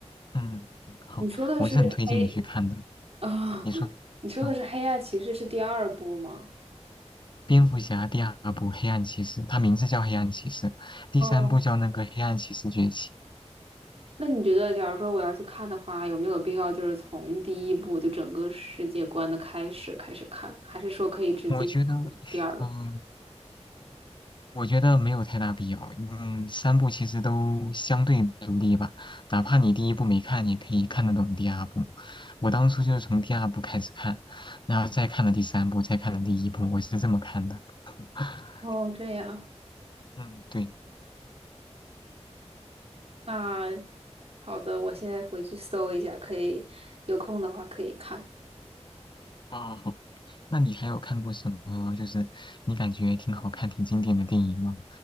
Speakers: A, on the left; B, on the right.
A: 嗯，好，
B: 你说的是黑
A: 我是很推荐你去看的。
B: 啊？
A: 嗯你说，
B: <laughs> 你说的是《黑暗骑士》是第二部吗？
A: 嗯，蝙蝠侠第二部《黑暗骑士》，它名字叫《黑暗骑士》，第三部叫那个《黑暗骑士崛起》。
B: 哦，那你觉得，假如说我要去看的话，有没有必要就是从第一部就整个世界观的开始开始看，还是说可以直接
A: 我觉得，
B: 第二部？
A: 嗯，我觉得没有太大必要。嗯，三部其实都相对独立吧，哪怕你第一部没看，也可以看得懂第二部。我当初就是从第二部开始看，然后再看了第三部，再看了第一部，我是这么看的。<laughs>
B: 哦，这样，
A: 嗯，对。
B: 那好的，我现在回去搜一下，可以有空的话可以看。
A: 啊，好。那你还有看过什么？就是你感觉挺好看、挺经典的电影吗？